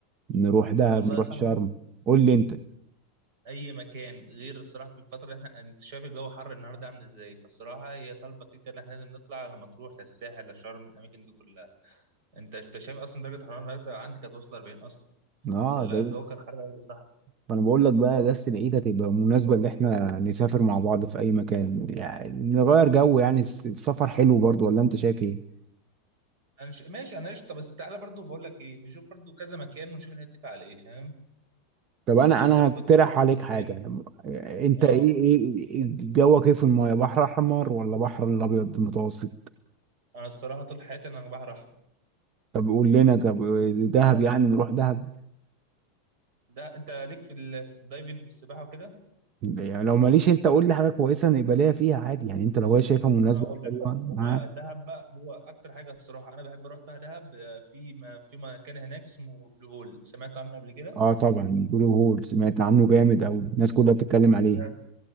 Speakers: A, on the right (about 35°); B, on the right (about 60°).
A: نروح دهب
B: والله
A: نروح
B: يا صاحبي
A: شرم قول لي انت
B: اي مكان غير الصراحه في الفتره اللي احنا انت شايف الجو حر النهارده عامل ازاي فالصراحه هي طالبه كده كده ان احنا لازم نطلع لما تروح للساحل لشرم الاماكن دي كلها انت انت شايف اصلا درجه حراره الغداء عندي كانت واصله 40 اصلا
A: اه
B: فلا
A: ده
B: الجو كان حر قوي صح
A: فانا بقول لك بقى اجازه العيد هتبقى مناسبه ان احنا نسافر مع بعض في اي مكان يعني نغير جو يعني الس- السفر حلو برضو ولا انت شايف ايه
B: انا ش... ماشي انا قشطه بس تعالى برضو بقول لك ايه نشوف برضو كذا مكان ونشوف نتفق على ايه فاهم
A: طب انا
B: يعني
A: انا
B: انت ممكن
A: هقترح
B: تختار
A: عليك حاجه
B: مكان
A: أنا- انت
B: اه
A: ايه ايه إيه جوك ايه في المايه بحر احمر ولا بحر الابيض المتوسط
B: انا الصراحه طول حياتي انا بحر احمر
A: طب قول لنا طب دهب يعني نروح دهب
B: ده انت ليك في, ال... في الدايفنج والسباحه وكده
A: يعني لو ماليش انت قول لي حاجه كويسه نبقى ليا فيها عادي يعني انت لو هي شايفها مناسبه
B: هقول لك
A: حلوه
B: بقى هو
A: معاك
B: دهب بقى هو اكتر حاجه الصراحه انا بحب اروح فيها دهب آه، في م... في مكان هناك اسمه بلو هول سمعت عنه قبل كده
A: اه طبعا بلو هول سمعت عنه جامد
B: بلو
A: او الناس كلها بتتكلم عليه
B: هول